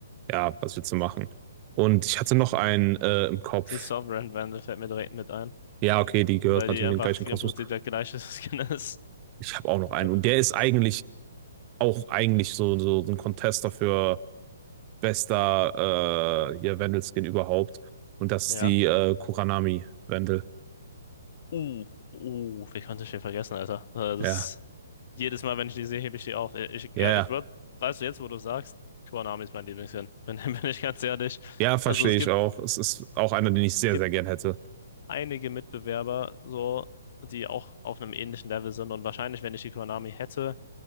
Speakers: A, on the right; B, on the left.
A: ja, was willst du machen? Und ich hatte noch einen äh, im Kopf.
B: die Sovereign Wand, fällt mir direkt mit ein,
A: Ja, okay, die gehört
B: weil
A: natürlich
B: die einfach
A: in den gleichen Kosmos.
B: im Prinzip der gleiche <laughs> Skin ist.
A: Ich habe auch noch einen.
B: Äh.
A: Und der ist eigentlich auch eigentlich so, so, so ein Contester für bester äh, hier Wendelskin überhaupt. Und das
B: Ja.
A: ist die äh, Kuranami Wendel.
B: Uh, uh, wie konnte ich den vergessen, Alter? Äh,
A: Ja,
B: Das, jedes Mal, wenn ich die sehe, hebe ich die auf. Äh, Ich,
A: ja,
B: ja,
A: ja.
B: ich würde, weißt du, jetzt, wo du sagst, Konami ist mein Lieblingsskin. Bin, <laughs> bin ich ganz ehrlich.
A: Ja, verstehe
B: Also es gibt,
A: ich auch. Es ist auch einer, den ich sehr,
B: es gibt
A: sehr gern hätte.
B: einige Mitbewerber, so, die auch auf einem ähnlichen Level sind. Und wahrscheinlich, wenn ich die Konami hätte,